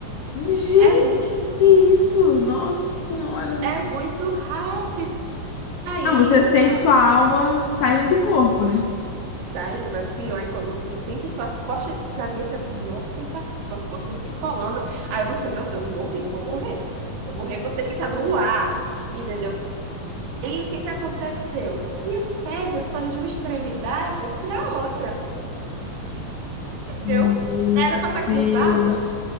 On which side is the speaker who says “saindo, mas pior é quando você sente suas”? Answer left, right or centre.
Right